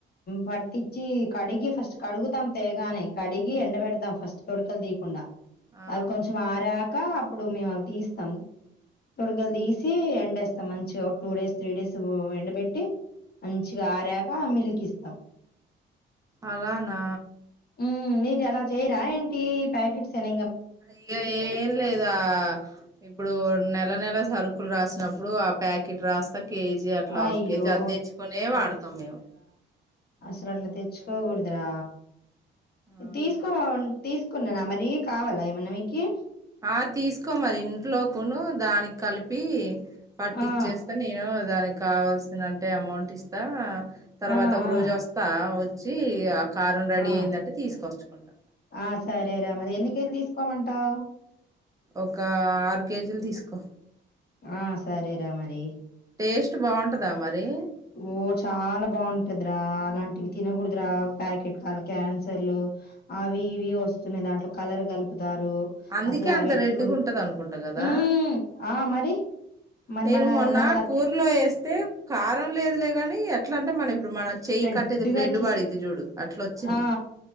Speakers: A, on the left; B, on the right.
A: పట్టించి కడిగి ఫస్ట్ కడుగుతాం తేగానే కడిగి ఎండ బిడతాం ఫస్ట్ తొడుకలు తీయకుండా
B: ఆ
A: అవి కొంచం ఆరాక అప్పుడు మేమువి తీస్తాం తొడుగలు తీసి ఎండేస్తాం మంచిగా ఒక టూ డేస్ త్రీ డేస్ ఎండబెట్టి మంచిగా ఆరాక మిల్లికి ఇస్తాం
B: అలానా
A: హ్మ్. మీరు అలా చేయరా ఏంటి ప్యాకెట్స్ ఎన
B: ఇక ఏం లేదు ఇప్పుడు నెల నెల సరుకులు రాసినప్పుడు ఆ ప్యాకెట్ రాస్త అ కేజీ అట్లా
A: అయ్యో!
B: హాఫ్ కేజీ అద్దెచ్చుకునే వాడతాం మేము
A: అసలు అట్లా తెచ్చుకోకూడదురా
B: అయ్యో ఆహా
A: తీసుకోమ తీసు కున్నా మరి కావాలా ఏమన్నా మీకి
B: ఆ తీసుకోమరి ఇంట్లో కొను దానికి కలిపి పట్టి
A: ఆ!
B: ఇచ్చేస్తా నేను దానికి కావాల్సిన అంటే అమౌంట్ ఇస్తా తర్వాత
A: ఆ!
B: ఒక
A: ఆ!
B: రోజు వస్తా వచ్చి ఆ కారం రెడీ
A: ఆ!
B: అయిందంటే తీసుకొచ్చుకుంటా
A: ఆ సరే రా మరి ఎన్ని కేజీలు తీసుకోమంటా
B: ఒక ఆరు కేజీలు తీసుకో
A: ఆ సరే రా మరి
B: టేస్ట్ బాగుంటదా మరి
A: ఓ చాలా బాగుంటదిరా అలాంటివి తినకూడదురా ప్యాకెట్ కార క్యాన్సర్లు అవి ఇవి వస్తున్నాయ్ దాంట్లో కలర్ కలుప్ తారు
B: అందుకే
A: అసలు అవెట్లు
B: అంత రెడ్డిగా ఉంటది అనుకుంటా కదా
A: ఉమ్ ఆ మరి మన
B: నేను
A: మన
B: మొన్న
A: మనది అట్లా
B: కూర్లో వేస్తే కారం లేదు లే ని ఎట్లా అంటే మనం ఇప్పుడు మన చెయ్యి
A: రెడ్‌గా
B: కట్టేది బ్లెడ్
A: వచ్చేసిద్ది.
B: పడిద్ది చూడు అట్లా వచ్చింది
A: ఆ!